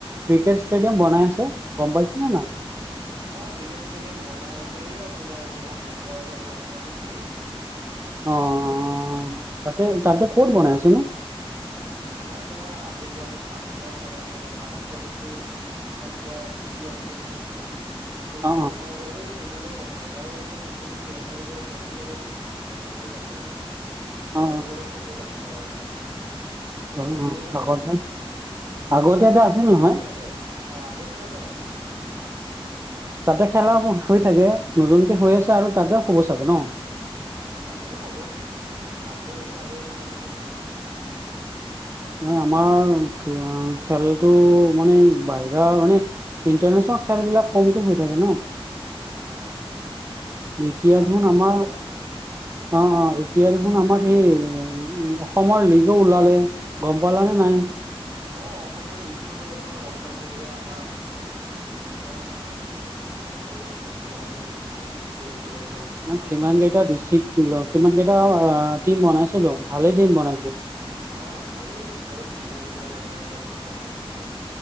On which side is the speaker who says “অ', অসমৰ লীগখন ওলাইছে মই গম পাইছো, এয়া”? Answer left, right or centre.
Right